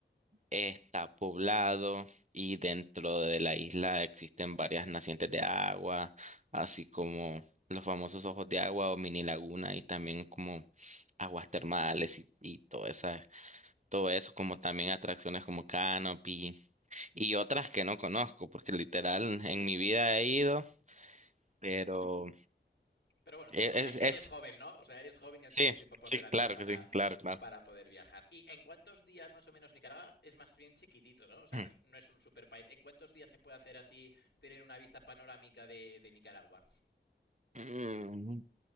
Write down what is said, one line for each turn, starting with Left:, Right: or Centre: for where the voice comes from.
Right: está poblado y dentro de la isla existen varias nacientes de agua, así como los famosos ojos de agua o mini laguna y también como aguas termales y, y todo esa, todo eso, como también atracciones como canopy y otras que no conozco, porque literal en mi vida he ido, pero
Left: Pero bueno,
Right: es,
Left: todo- e-
Right: es,
Left: eres
Right: es-
Left: joven, ¿no? O sea, eres joven y aún
Right: sí,
Left: tienes tiempo por
Right: sí,
Left: delante
Right: claro
Left: para,
Right: que sí, claro, claro.
Left: para poder viajar. ¿Y en cuántos días más o menos Nicaragua es más bien chiquitito, ¿no? O sea,
Right: <clears throat>
Left: no es, no es un super país. ¿En cuántos días se puede hacer así, tener una vista panorámica de, de Nicaragua?
Right: Mm,